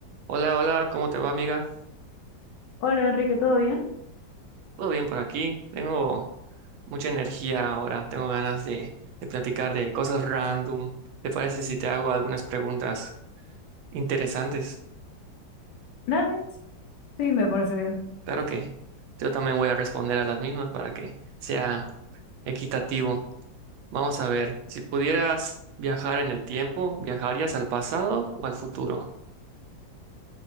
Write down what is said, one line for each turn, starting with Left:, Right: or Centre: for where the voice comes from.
Right: Hola, hola, ¿cómo te va, amiga?
Left: Hola Enrique, ¿todo bien?
Right: ¿Todo bien por aquí? Tengo mucha energía ahora, tengo ganas de, de platicar de cosas random. ¿Te parece si te hago algunas preguntas interesantes?
Left: Dale, sí, me parece bien.
Right: Claro que yo también voy a responder a las mismas para que sea equitativo. Vamos a ver, si pudieras viajar en el tiempo, ¿viajarías al pasado o al futuro?